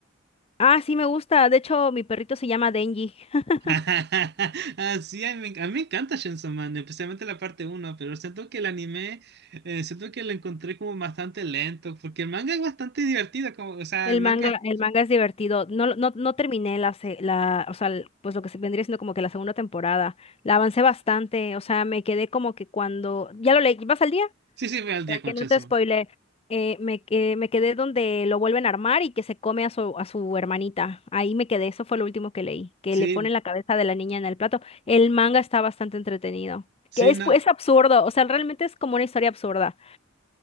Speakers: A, on the left (about 30°); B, on the right (about 55°).
A: Ah, sí, me gusta, de hecho mi perrito se llama Denji. <laughs>
B: <laughs> Ah, sí, a mí, me enc- a mí me encanta Chainsaw Man, especialmente la parte uno, pero siento que el anime, eh, siento que lo encontré como bastante lento, porque el manga es bastante divertido, como, o sea,
A: El
B: el manga,
A: manga, el manga es divertido. No, no, no terminé la, se- la, o sea, l- pues lo que se vendría siendo como que la segunda temporada. La avancé bastante, o sea, me quedé como que cuando, ya lo leí, ¿vas al día?
B: sí, sí, voy al día
A: Para que
B: con
A: no
B: Chainsaw
A: te spoile,
B: Man.
A: eh, me, que- me quedé donde lo vuelven a armar y que se come a su, a su hermanita. Ahí me quedé, eso fue lo último que leí, que
B: Sí,
A: le ponen la cabeza de la niña en el plato. El manga está bastante entretenido,
B: sí,
A: que es,
B: no,
A: pues, absurdo, o sea, realmente es como una historia absurda,